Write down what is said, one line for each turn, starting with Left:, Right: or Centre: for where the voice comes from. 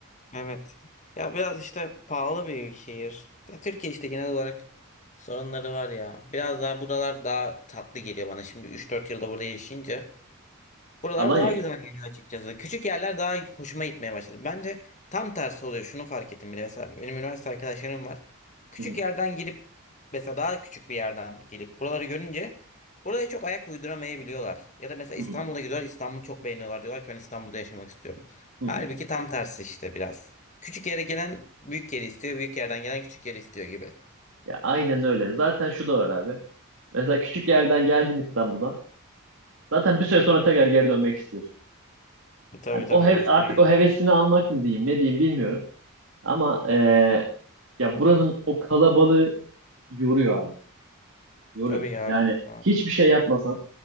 Left: evet. Ya biraz işte pahalı bir şehir. Ya Türkiye işte genel olarak sorunları var ya. Biraz daha buralar daha tatlı geliyor bana. Şimdi 3-4 yılda burada yaşayınca Buralar
Right: Alanya.
Left: daha güzel geliyor açıkçası. Küçük yerler daha hoşuma gitmeye başladı. Bence tam tersi oluyor. Şunu fark ettim bile. Mesela benim üniversite arkadaşlarım var. Küçük
Right: Hı hı,
Left: yerden gelip mesela daha küçük bir yerden gelip buraları görünce buraya çok ayak uyduramayabiliyorlar. Ya da mesela
Right: hı
Left: İstanbul'a
Right: hı,
Left: gidiyorlar. İstanbul'u çok beğeniyorlar. Diyorlar ki ben İstanbul'da yaşamak istiyorum.
Right: hı hı.
Left: Halbuki tam tersi işte biraz. Küçük yere gelen büyük yeri istiyor. Büyük yerden gelen küçük yeri istiyor gibi.
Right: Ya aynen öyle. Zaten şu da var abi. Mesela küçük yerden geldin İstanbul'a. Zaten bir süre sonra tekrar geri dönmek istiyorsun.
Left: E, tabii
Right: Hani
Left: tabii
Right: o hev-
Left: orası
Right: artık
Left: değil.
Right: o hevesini almak mı diyeyim, ne diyeyim bilmiyorum. Ama eee, ya buranın o kalabalığı yoruyor abi. Yoruyor.
Left: Tabii ya
Right: Yani
Left: kanka.
Right: hiçbir şey yapmasan.